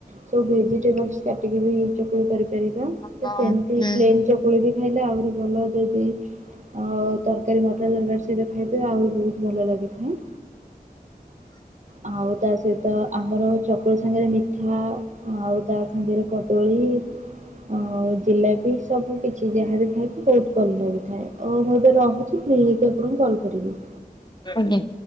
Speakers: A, on the right; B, on the left.
A: ସବୁ ଭେଜିଟେବଲସ କାଟିକି ବି ଚକୁଳି କରିପାରିବା
B: ହଁ
A: ତ ସେମିତି
B: ହୁଁ
A: ପ୍ଲେନ ଚକୁଳି ବି ଖାଇଲେ ଆହୁରି ଭଲ ଯଦି ଆଉ ତରକାରୀ ମଟର ତରକାରୀ ସେହିତ ଖାଇବେ ଆହୁରି ବହୁତ ଭଲ ଲାଗିଥାଏ। ଆଉ ତା ସହିତ ଆମର ଚକୁଳି ସାଙ୍ଗରେ ମିଠା ଆଉ ତା ସାଙ୍ଗରେ କଦଳୀ ଆଉ ଜିଲାପି ସବୁ କିଛି ଯାହା ବିି ଖାଇବୁ ବହୁତ ଭଲ ଲାଗି ଥାଏ। ଓ ମୁଁ ଏବେ ରହୁଚି ଫ ନେଇକି ଆପଣଙ୍କୁ କଲ୍ କରିବି।
B: ଆଜ୍ଞା।